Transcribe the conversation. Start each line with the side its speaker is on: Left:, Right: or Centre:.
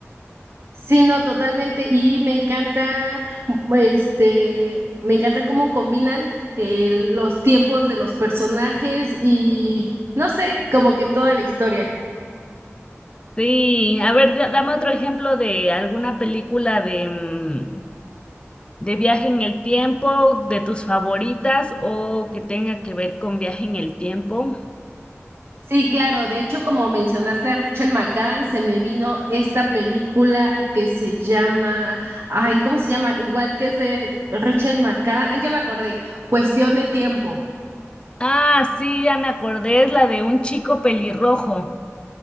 Right: Sí, no, totalmente. Y me encanta, m- este, me encanta cómo combinan eh, los tiempos de los personajes y, no sé, como que toda la historia.
Left: Sí, a ver, da- dame otro ejemplo de alguna película de, mm, de viaje en el tiempo, de tus favoritas o que tenga que ver con viaje en el tiempo.
Right: Sí, claro. De hecho, como mencionaste a Rachel McAdams, se me vino esta película que se llama, ay, ¿cómo se llama? Igual que es de Rachel McAdams. Ah, ya me acordé. Cuestión de tiempo.
Left: Ah, sí, ya me acordé, es la de un chico pelirrojo.